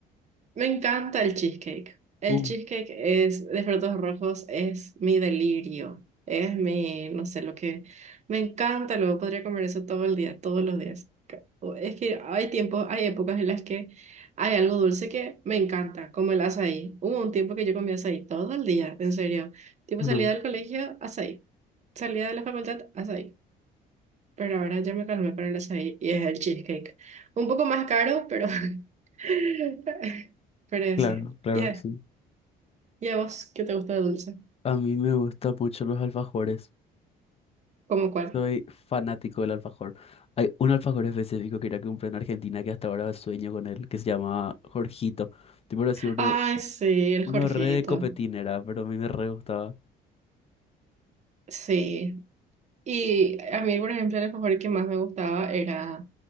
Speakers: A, on the right; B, on the left.
A: Me encanta el cheesecake. El
B: Uh,
A: cheesecake es de frutos rojos, es mi delirio. Es mi, no sé, lo que me encanta. Luego podría comer eso todo el día, todos los días. Ca- o- Es que hay tiempos, hay épocas en las que hay algo dulce que me encanta, como el azaí. Hubo un tiempo que yo comía azaí todo el día, en serio. Tipo
B: ujú,
A: salía del colegio, azaí. Salía de la facultad, azaí pero ahora ya me calmé para el açaí y es el cheesecake. Un poco más caro, pero, <laughs> pero
B: claro,
A: sí.
B: claro,
A: ¿Y
B: sí.
A: y a vos qué te gusta de dulce?
B: A mí me gustan mucho los alfajores.
A: ¿Cómo cuál?
B: Soy fanático del alfajor. Hay un alfajor específico que ir que comprar en Argentina que hasta ahora sueño con él, que se llama Jorgito. Tipo así, uno,
A: Ay, sí, el
B: uno
A: Jorgito.
B: re de copetín era, pero a mí me re gustaba.
A: Sí. Y a mí, por ejemplo, el alfajor que más me gustaba era